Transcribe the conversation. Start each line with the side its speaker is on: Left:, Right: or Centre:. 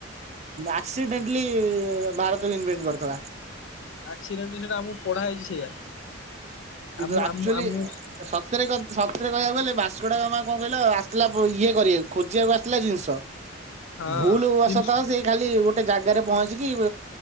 Right: ଆକ୍ସିଡେଣ୍ଟଲି ଭାରତକୁ ଇନଭେଣ୍ଟ କରିଥିଲା।
Left: ଆକ୍ଡେଣ୍ଟଲି ସେଟା ଆମକୁ ପଢା ହେଇଛି ସେଇଆା
Right: କିନ୍ତୁ
Left: ଆମ
Right: ଆକ୍ଚୁଆଲି
Left: ଆମ ଆମ।
Right: ସତରେ ସତରେ କହିବାକୁ ଗଲେ ଭସ୍କୋଡାଗାମ ମା କଣ କହିଲ ଆସିଲା ଇଏ କରିବାକୁ ଖୋଜିବାକୁ ଆସିଥିଲା ଜିନିଷ।
Left: ହଁ
Right: ଭୁଲ ବଶତଃ
Left: ଜିମ୍ସ
Right: ସେ। ଖାଲି ଗୋଟେ ଜାଗାରେ ପହଞ୍ଚିକି